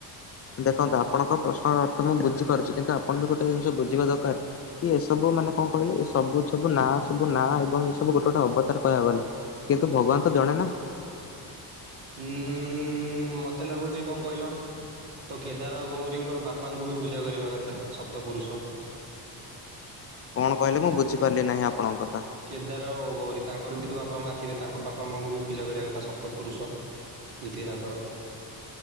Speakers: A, on the left; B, on the right.
A: ଦେଖନ୍ତୁ ଆପଣଙ୍କ ପ୍ରଶ୍ନର ଅର୍ଥ ମୁଁ ବୁଝିପାରୁଛି କିନ୍ତୁ ଆପଣ ବି ଗୋଟେ ଜିନିଷ ବୁଝିବା ଦରକାର କି ଏସବୁ ମାନେ କଣ କହିଲେ ଏ ସବୁ ସବୁ ନାଁ ସବୁ ନାଁ ଏବଂ ଏ ସବୁ ଗୋଟେ ଗୋଟେ ଅବତାର କହିବାକୁ ଗଲେ କିନ୍ତୁ ଭଗବାନ ତ ଜଣେ ନା।
B: ହୁଁ ଉଁ ମୋତେ ଲାଗୁଚି କଣ କହିଲ? ତ କେଦାର ଗୌରୀଙ୍କର ବାପାଙ୍କୁ ବି ପୂଜା କରିବା କଥା ସପ୍ତପୁରୁଷ
A: କଣ କହିଲେ ମୁଁ ବୁଝିପାରିଲି ନାହିଁ ଆପଣଙ୍କ କଥା
B: କେଦାର ଓ ଗୌରୀ ତାଙ୍କର ବି ତ ବାପା ବାପା ମା ଥିବେ ତାଙ୍କ ବାପା ମାଙ୍କୁ ବି ପୂଜା କରିବା କଥା ସପ୍ତ ପୁରୁଷ ଯେ ତା- ଙ୍କର